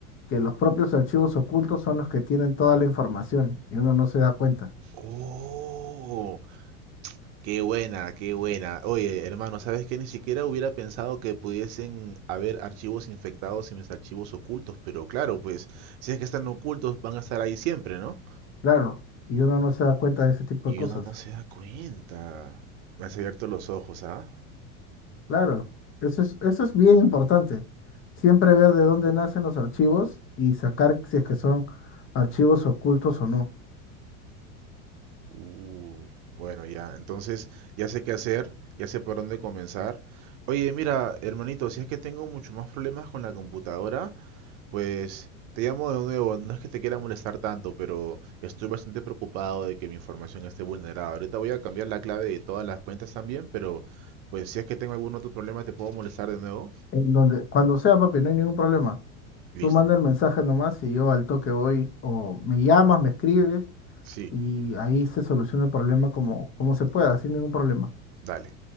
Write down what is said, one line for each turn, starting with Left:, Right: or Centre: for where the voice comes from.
Left: que los propios archivos ocultos son los que tienen toda la información y uno no se da cuenta.
Right: Oh, Qué buena, qué buena. Oye, hermano, ¿sabes qué? Ni siquiera hubiera pensado que pudiesen haber archivos infectados y mis archivos ocultos, pero claro, pues si es que están ocultos, van a estar ahí siempre, ¿no?
Left: Claro, y uno no se da cuenta de ese tipo
Right: Y
Left: de cosas.
Right: uno no se da cuenta. Me has abierto los ojos, ¿ah?
Left: Claro, eso es, eso es bien importante. Siempre ver de dónde nacen los archivos y sacar si es que son archivos ocultos o no.
Right: Uy, bueno, ya. Entonces, ya sé qué hacer, ya sé por dónde comenzar. Oye, mira, hermanito, si es que tengo mucho más problemas con la computadora, Pues te llamo de nuevo, no es que te quiera molestar tanto, pero estoy bastante preocupado de que mi información esté vulnerada. Ahorita voy a cambiar la clave de todas las cuentas también, pero pues si es que tengo algún otro problema, ¿te puedo molestar de nuevo?
Left: En donde, cuando sea, papi, no hay ningún problema.
Right: Listo.
Left: Tú manda el mensaje nomás y yo al toque voy, o me llamas, me escribes
Right: Sí,
Left: y ahí se soluciona el problema como, como se pueda, sin ningún problema.
Right: dale.